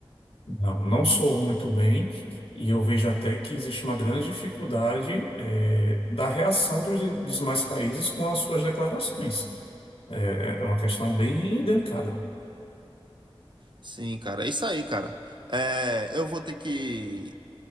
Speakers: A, on the left (about 80°); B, on the right (about 55°).
A: Não, não soou muito bem, e eu vejo até que existe uma grande dificuldade, eh, da reação dos de- dos demais países com as suas declarações. É, é é uma questão bem delicada.
B: Sim, cara, é isso aí, cara. É, eu vou ter que